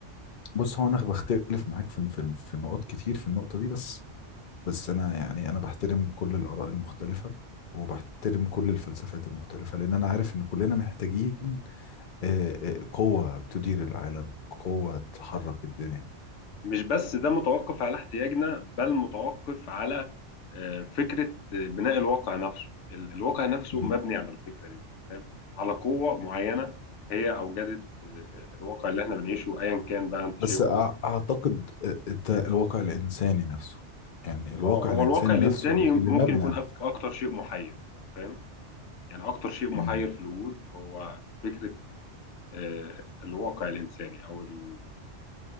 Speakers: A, on the left; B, on the left.
A: بص هو انا بختلف معاك في في في نقط كتير في النقطة دي بس بس انا يعني انا بحترم كل الآراء المختلفة وبحترم كل الفلسفات المختلفة لأن أنا عارف إن كلنا محتاجين آه، آه، قوة تدير العالم قوة تحرك الدنيا
B: مش بس ده متوقف على احتياجنا بل متوقف على آه، فكرة آه، بناء الواقع نفسه ال- الواقع نفسه
A: مم.
B: مبني على الفكرة دي فاهم على قوة معينة هي أوجدت آه، الواقع اللي احنا بنعيشه أيا كان بقى أنت
A: بس
B: شايفه
A: أع- اعتقد ده الواقع الانساني نفسه يعني الواقع
B: اه هو
A: الانساني
B: الواقع الإنساني
A: نفسه
B: ممكن
A: اللي مبني
B: يكون
A: على
B: أك-
A: الفهم
B: أكتر شيء محير فاهم يعني أكتر شيء محير
A: امم
B: في الوجود هو فكرة آه، الواقع الإنساني أو ال-